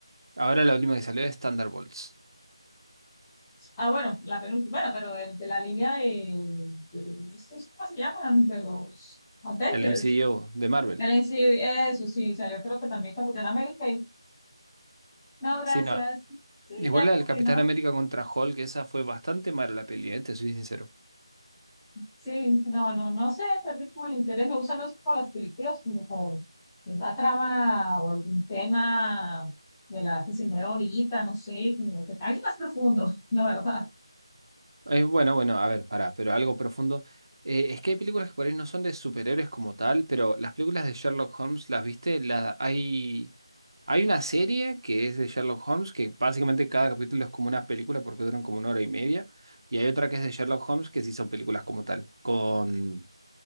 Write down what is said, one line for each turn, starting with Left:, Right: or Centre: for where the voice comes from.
Right: ahora la última que salió es Thunderbolts,
Centre: Ah, bueno, la penúltima, bueno, pero de, de la línea de, de estos, ¿cómo se llaman? De los Avengers,
Right: el MCU de Marvel.
Centre: el MCU, eso sí, o sea, yo creo que también Capitán América, y no, gracias,
Right: Sí, no,
Centre: sí,
Right: igual
Centre: ya
Right: la
Centre: como
Right: del Capitán
Centre: que no,
Right: América contra Hulk, esa fue bastante mala la peli, eh, te soy sincero.
Centre: Sí, no, no, no sé, tal vez como el interés me gustan los, como las películas como con una trama o algún tema de la que se mueve ahorita, no sé, como que algo más profundo, <laughs> no, ¿verdad?
Right: Eh, bueno, bueno, a ver, pará, pero algo profundo. Eh, es que hay películas que por ahí no son de superhéroes como tal, pero las películas de Sherlock Holmes, ¿las viste? La, hay, hay una serie que es de Sherlock Holmes, que básicamente cada capítulo es como una película porque duran como una hora y media, y hay otra que es de Sherlock Holmes que sí son películas como tal, con